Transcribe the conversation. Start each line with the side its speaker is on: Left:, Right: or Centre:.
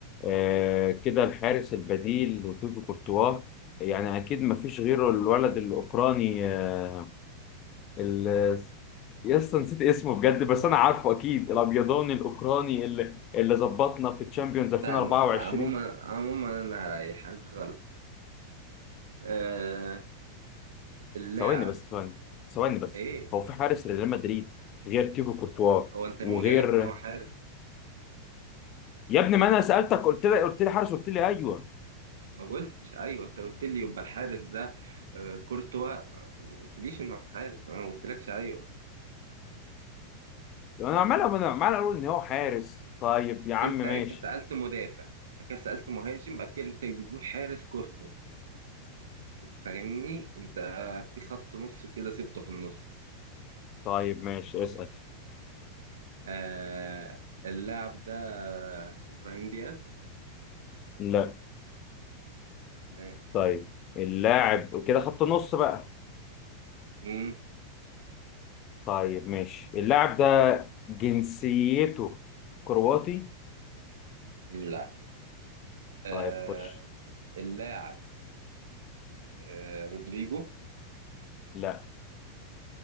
Left: آه كده الحارس البديل لتوبي كورتوا يعني اكيد ما فيش غيره الولد الاوكراني آه ال... يس نسيت اسمه بجد بس انا عارفه اكيد الابيضاني الاوكراني اللي اللي ظبطنا في تشامبيونز
Right: استنى
Left: 2024
Right: عموما عموما انا هريحك غلط آه اللاعب
Left: ثواني بس ثواني ثواني بس
Right: ايه
Left: هو في حارس لريال مدريد غير تيبو كورتوا
Right: هو انت
Left: وغير
Right: مين قالك ان هو حارس
Left: يا ابني ما انا سالتك قلت لي قلت لي حارس قلت لي ايوه
Right: ما قلتش ايوه انت قلت لي يبقى الحارس ده آه، كورتوا ما ما قلتليش انه حارس انا ما قلتلكش ايوه
Left: انا عمال انا عمال اقول ان هو حارس طيب يا عم
Right: انت
Left: ماشي
Right: انت سالت مدافع بعد كده سالت مهاجم بعد كده لقيتك بتقول حارس كورتوا فاهمني انت في خط نص كده سبته في النص
Left: طيب ماشي اسال
Right: آه اللاعب ده آه، ابراهيم دياز
Left: لا
Right: تمام
Left: طيب اللاعب كده خط نص بقى
Right: مم.
Left: طيب ماشي اللاعب ده جنسيته كرواتي
Right: لا آه
Left: طيب خش
Right: اللاعب آه رودريجو
Left: لا